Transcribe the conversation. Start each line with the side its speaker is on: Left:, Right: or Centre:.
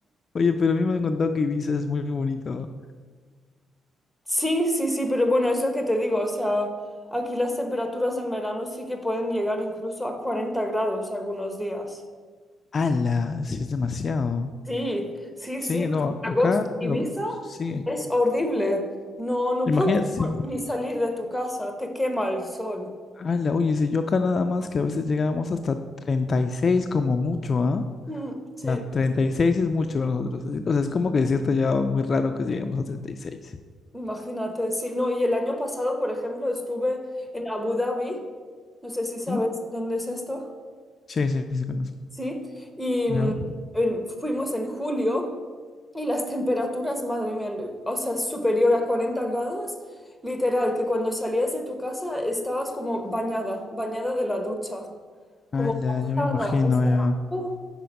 Left: oye, pero a mí me han contado que Ibiza es muy bonito.
Centre: sí, sí, sí, pero bueno, es lo que te digo, o sea, aquí las temperaturas en verano sí que pueden llegar incluso a 40 grados algunos días.
Left: ¡Hala! Sí, es demasiado.
Centre: Sí, sí,
Left: Sí,
Centre: sí.
Left: no,
Centre: Agosto,
Left: acá
Centre: Ibiza
Left: lo... Sí.
Centre: es horrible. No, no
Left: Imagínate
Centre: puedes
Left: si,
Centre: <laughs> ni salir de tu casa, te quema el sol.
Left: ala, oye, si yo acá nada más que a veces llegábamos hasta 36 como mucho, ¿ah? O
Centre: Mm, sí,
Left: sea, 36 es mucho para nosotros. así- O sea, es como que es cierto ya muy raro que lleguemos a 36.
Centre: imagínate. Sí, no, y el año pasado, por ejemplo, estuve en Abu Dhabi. No sé si sabes
Left: Ujú.
Centre: dónde es esto.
Left: Sí, sí, sí, sí conozco.
Centre: Sí, y
Left: Ya.
Centre: mm, en- fuimos en julio y las temperaturas, madre mía, le- o sea, superior a 40 grados. Literal, que cuando salías de tu casa estabas como bañada, bañada de la ducha. como
Left: Ala,
Centre: mojada,
Left: yo me imagino
Centre: o sea,
Left: ya.
Centre: uh,